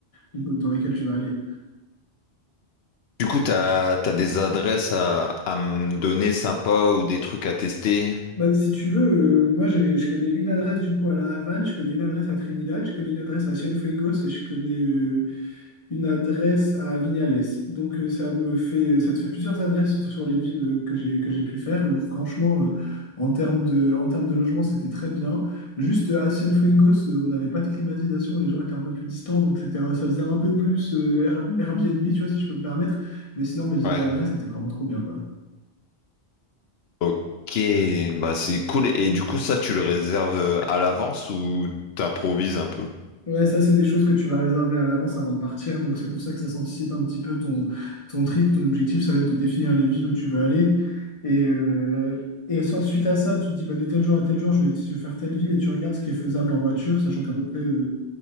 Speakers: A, on the left; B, on the left.
A: euh, dans laquelle tu vas aller.
B: Du coup, t'as, t'as des adresses à, à me donner sympas ou des trucs à tester?
A: Bah, si tu veux, euh, moi j'ai- je connais une adresse du coup à La Havane, je connais une adresse à Trinidad, je connais une adresse à Cienfuegos et je connais euh, une adresse à Vignales. Donc euh, ça me fait, euh, ça te fait plusieurs adresses sur les villes euh, que j'ai que j'ai pu faire. Et où, franchement, euh, en termes de, en termes de logement, c'était très bien. Juste euh, à Cienfuegos, euh, on n'avait pas de climatisation et les gens étaient un peu plus distants, donc c'était un- ça faisait un peu plus euh, Air- Mhm. Airbnb, tu vois, si je peux me permettre. Mais sinon, mes
B: Ouais.
A: autres adresses étaient vraiment trop bien, quoi.
B: Ok, bah c'est cool. Et du coup, ça, tu le réserves à l'avance ou t'improvises un peu?
A: Ouais, ça, c'est des choses que tu vas réserver à l'avance avant de partir. Donc, c'est pour ça que ça s'anticipe un petit peu ton, ton trip. Ton objectif, ça va être de définir les villes où tu veux aller. Et, euh, et sans- suite à ça, tu te dis, bah, de tel jour à tel jour, je vais, je vais faire telle ville et tu regardes ce qui est faisable en voiture, sachant qu'à peu près, euh,